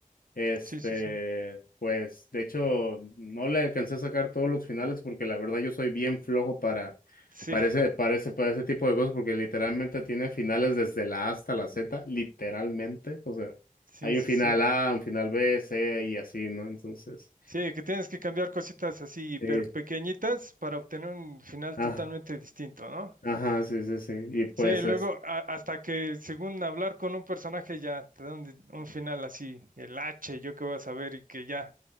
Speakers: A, on the left; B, on the right.
A: Este,
B: Sí, sí, sí.
A: pues de hecho no le alcancé a sacar todos los finales porque la verdad yo soy bien flojo para,
B: Sí,
A: para ese, para ese- para ese tipo de cosas porque literalmente tiene finales desde la A hasta la Z, literalmente. O sea,
B: sí,
A: hay
B: sí,
A: un final
B: sí.
A: A, un final B, C y así, ¿no? Entonces,
B: Sí, que tienes que cambiar cositas así hiper
A: este,
B: pequeñitas para obtener un final
A: ajá,
B: totalmente distinto, ¿no?
A: ajá, sí, sí, sí. Y pues,
B: Sí, luego
A: es-
B: a- hasta que según hablar con un personaje ya te dan di- un final así, el H, yo qué voy a saber y que ya